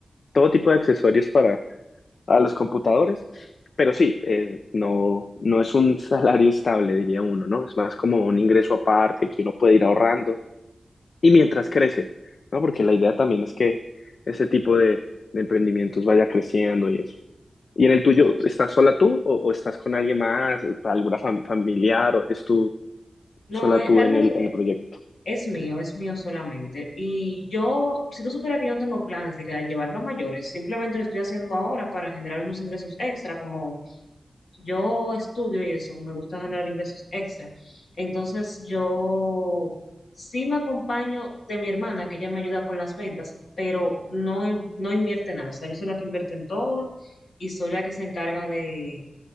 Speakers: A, on the left; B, on the left.
A: todo tipo de accesorios a los computadores. Pero sí, eh, no, no es un salario estable, diría uno, ¿no? Es más como un ingreso aparte que uno puede ir ahorrando y mientras crece, ¿no? Porque la idea también es que ese tipo de, de emprendimientos vaya creciendo y eso. ¿Y en el
B: Exacto.
A: tuyo, estás sola tú o, o estás con alguien más, alguna fam- familiar o eres tú
B: No,
A: sola
B: eh,
A: tú
B: realmente
A: en el, en el proyecto?
B: es mío, es mío solamente. Y yo, si tú supieras que yo no tengo planes de que- de llevarlo a mayores, simplemente lo estoy haciendo ahora para generar unos ingresos extra, como yo estudio y eso, me gusta generar ingresos extra. Entonces yo sí me acompaño de mi hermana, que ella me ayuda con las ventas, pero no, in- no invierte nada. O sea, yo soy la que invierte en todo y soy la que se encarga de,